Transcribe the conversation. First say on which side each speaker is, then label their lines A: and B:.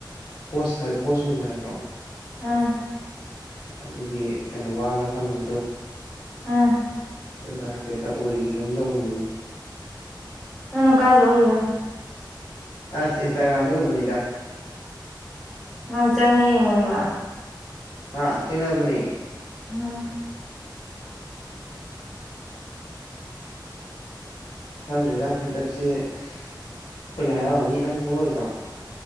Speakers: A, on the left; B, in the centre.
A: ꯍꯣꯁ ꯁꯥꯏ ꯍꯣꯁ ꯑꯣꯏꯕ ꯍꯥꯏꯕ꯭ꯔꯣ
B: ꯑ
A: ꯑꯗꯨꯒꯤ ꯀꯩꯅꯣ ꯋꯥꯒ ꯍꯪꯕꯗꯣ
B: ꯑꯥ
A: ꯑꯗꯨꯗ ꯍꯥꯏꯐꯦꯠꯀ ꯑꯣꯏꯈꯤꯒꯝ ꯇꯧꯕꯅꯤꯅꯦ
B: ꯅꯅ ꯀꯥꯏꯗ ꯎꯔꯤꯔꯤꯕ
A: ꯑꯁ ꯏꯟꯁꯇꯥꯒ꯭ꯔꯥꯝꯗ ꯎꯕꯅꯤꯗ
B: ꯅꯪ ꯆꯪꯉ ꯌꯦꯡꯉꯣ ꯋꯥ
A: ꯍꯥꯥ ꯊꯦꯡꯅꯕꯅꯤ
B: ꯑꯝ
A: ꯈꯪꯗ꯭ꯔꯦꯗ ꯍꯟꯗꯛꯁꯤ ꯑꯩꯈꯣꯏ ꯂꯥꯏꯔꯥꯎꯑꯅꯤ ꯅꯪ ꯊꯣꯛꯂꯛꯑꯣꯏꯗ꯭ꯔꯣ